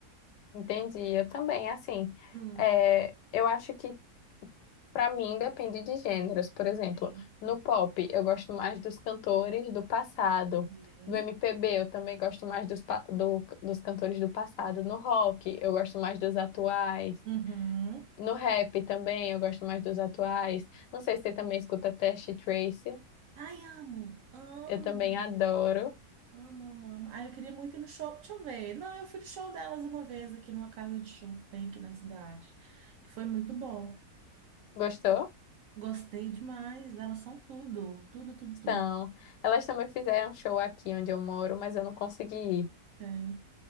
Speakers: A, on the left; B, on the right.
A: entendi. Eu também, assim,
B: Hum,
A: é, eu acho que Pra mim, depende de gêneros. Por exemplo,
B: sim,
A: no pop, eu gosto mais dos cantores do passado.
B: sim.
A: Do MPB, eu também gosto mais dos, pa- do- dos cantores do passado. No rock, eu gosto mais dos atuais.
B: Uhum.
A: No rap também, eu gosto mais dos atuais. Não sei se você também escuta Test Tracy.
B: Ai, amo, amo.
A: Eu também adoro.
B: Amo, amo, amo. Ah, eu queria muito ir no show. Deixa eu ver. Não, eu fui no show delas uma vez aqui numa casa de show que tem aqui na cidade. Que foi muito bom.
A: Gostou?
B: Gostei demais. Elas são tudo. Tudo, tudo, tudo.
A: Então, elas também fizeram show aqui onde eu moro, mas eu não consegui ir.
B: Tem.